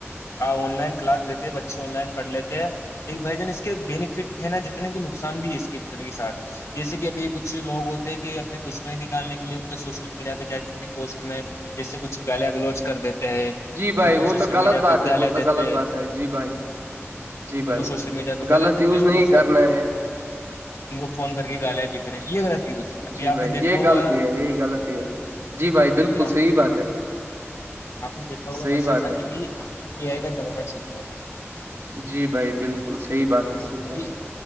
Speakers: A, on the left; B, on the right.
A: ہ آن لائن کلاس دیتے ہیں بچے آن لائن پڑھ لیتے ہیں ایک بھائی جان اس کے بینیفٹ ہیں نا جتنے بھی نقصان بھی ہے اس کے جتنے کے ساتھ جیسے کہ ابھی کچھ لوگ ہوتے ہیں کہ اپنی دشمنی نکالنے کے لیے ان کے سوشل میڈیا پہ جا کے ان کی پوسٹ میں جیسے کچھ گالیا گلوچ کر دیتے
B: جی بھائی
A: ان کو
B: وہ
A: سوشل
B: تو غلط
A: میڈیا
B: بات
A: پہ گالے
B: ہے وہ تو
A: دیتے
B: غلط بات
A: ہیں
B: ہے جی بھائی جی
A: ان
B: بھائی
A: کو سوشل میڈیا پہ غلط دکھتے
B: یوز
A: ہیں ان
B: نہیں
A: کو
B: کرنا ہے
A: ان کو فون کر کے گالیا بکرے یہ یوز ہے ابھی
B: جی
A: آپ
B: بھائی
A: نے دیکھا
B: یہ
A: ہوا
B: غلطی
A: کہ
B: ہے یہ غلط ہی ہے جی بھائی بالکل
A: ابھی آپ
B: صحیح
A: نے
B: بات ہے
A: آپ نے دیکھا ہوگا
B: صحیح
A: ماشاء
B: بات
A: اللہ
B: ہے
A: کی بھی پے آئی کا زمانہ چل رہا ہے ج
B: جی بھائی بالکل صحیح بات ہے صحیح
A: ابھی
B: بات ہے